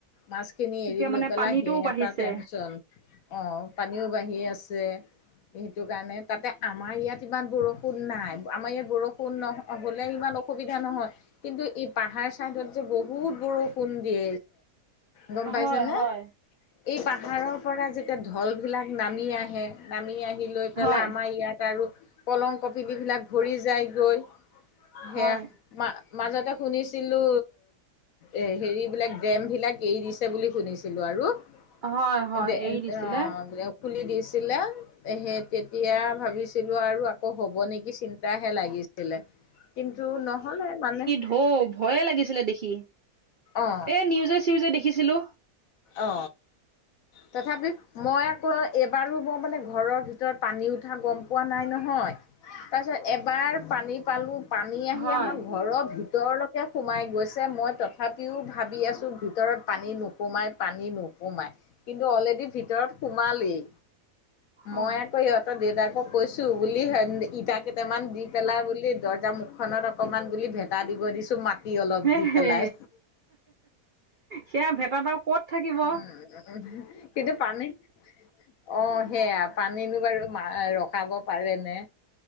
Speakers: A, on the left; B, on the right.
A: মাছখিনি
B: এতিয়া
A: এৰি লৈ
B: মানে
A: পেলাই,
B: পানীটোও
A: সেই
B: বাঢ়িছে
A: এটা টেনচন। অ, পানীও বাঢ়ি আছে। সেইটো কাৰণে তাতে আমাৰ ইয়াত ইমান বৰষুণ নাই, আমাৰ ইয়াত বৰষুণ ন, হ'লে ইমান অসুবিধা নহয় কিন্তু এই পাহাৰ-চাইডত যে বহুত বৰষুণ দিয়ে। গম পাইছ
B: হয়
A: নে,
B: হয়
A: এই পাহাৰৰ পৰা যেতিয়া ঢল বিলাক নামি আহে, নামি আহি লৈ পেলাই,
B: হয়
A: আমাৰ ইয়াত আৰু কলং, কপিলি বিলাক। ঘূৰি যায় গৈ, সেয়া।
B: হয়
A: মা, মাজতে শুনিছিলো এ, হেৰিবিলাক ডেম বিলাক এৰি দিছে বুলি শুনিছিলো আৰু অ,
B: হয় হয় এৰি দিছিলে।
A: <inaudible> খুলি দিছিলে, সেই তেতিয়া ভাবিছিলো আৰু আকৌ হ'ব নেকি চিন্তা বেয়াহে লাগিছিলে, কিন্তু নহ'লে মানে।
B: এ, ভয়ে লাগিছিলে দেখি,
A: অ
B: এই নিউজে-চিউজে দেখিছিলো।
A: অ, তথাপিও মই আকৌ এবাৰো, মই মানে ঘৰৰ ভিতৰত পানী উঠা গম, পোৱা নাই নহয়। তাৰ পিছত, এবাৰ পানী পালো পানী আহি
B: হয়
A: আমাৰ ঘৰৰ ভিতৰত ভিতৰলৈকে সোমাই গৈছে, মই তথাপিও ভাবি আছোঁ, ভিতৰত পানী নোসোমাই। পানী নোসোমাই, কিন্তু অলৰেডি ভিতৰত সোমালেই,
B: অ
A: মই আকৌ সিহঁত ত, দেউতাকো কৈছোঁ বুলি ইটা কেইটামান দি পেলাই বুলি, দৰ্জা মুখ খনত অকমান বুলি ভেটা দিব দিছো মাটি অলপ
B: হে
A: দি
B: হে
A: পেলাই।
B: সেয়া ভেটা বাৰু ক'ত থাকিব।
A: উম, উম কিন্তু পানীত অ' সেয়া পানীনো বাৰু ৰখাব পাৰে নে?